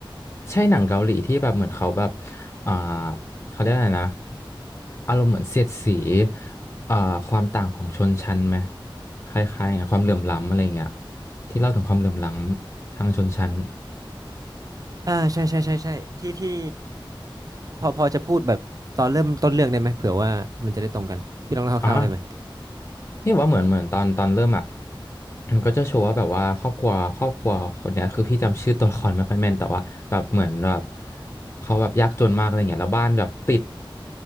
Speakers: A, on the left; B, on the right.
A: ใช่หนังเกาหลีที่แบบเหมือนเขาแบบอ่าเขาเรียกอะไรนะอารมณ์เหมือนเสียดสีเอ่อความต่างของชนชั้นไหมคล้ายๆอย่างความเหลื่อมล้ำอะไรเงี้ยที่เล่าถึงความเหลื่อมล้ำทางชนชั้น
B: อ่าใช่ใช่ใช่ใช่ที่ที่พอพอจะพูดแบบตอนเริ่มต้นเรื่องได้ไหมเผื่อว่ามันจะได้ตรงกันพี่ลองเล่าคร่าวๆได้ไหม
A: อ่า นี่ว่าเหมือนเหมือนตอนตอนเริ่มอ่ะมันก็จะโชว์ว่าแบบว่าครอบครัวครอบครัวคนเนี้ยคือพี่จำชื่อตัวละครไม่ค่อยแม่นแต่ว่าแบบเหมือนแบบเขาแบบยากจนมากอะไรเงี้ยแล้วบ้านแบบติด